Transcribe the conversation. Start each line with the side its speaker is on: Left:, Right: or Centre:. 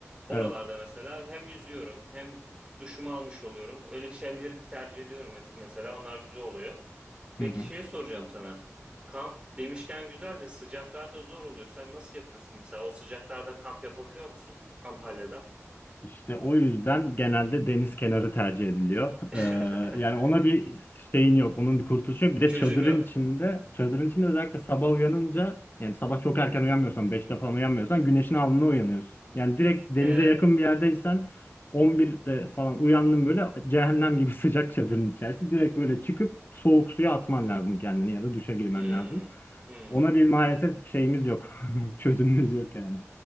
Right: Oralarda
Left: Evet.
Right: mesela hem yüzüyorum hem duşumu almış oluyorum. Öyle şeyleri de tercih ediyorum mes- mesela onlar güzel oluyor. Peki
Left: Hı hı.
Right: şey soracağım sana. Kamp demişken güzel de sıcaklarda zor oluyor. Sen nasıl yapıyorsun mesela? O sıcaklarda kamp yapabiliyor musun Antalya'da?
Left: İşte o yüzden genelde deniz kenarı tercih ediliyor.
Right: <laughs>
Left: Ee, yani ona bir şeyin yok, onun bir kurtuluşu yok. Bir de
Right: Çözüm
Left: çadırın
Right: yok.
Left: içinde, çadırın içinde özellikle sabah uyanınca, yani sabah çok erken uyanmıyorsan, 5'te falan uyanmıyorsan güneşin alnına uyanıyorsun. Yani direkt denize
Right: Evet.
Left: yakın bir yerdeysen 11'de falan uyandın böyle cehennem gibi <laughs> sıcak çadırın içerisinde direkt böyle çıkıp soğuk suya atman lazım kendini ya da duşa girmen
Right: Hmm.
Left: lazım.
Right: Hmm.
Left: Ona bir maalesef şeyimiz yok. <laughs> Çözümümüz yok yani.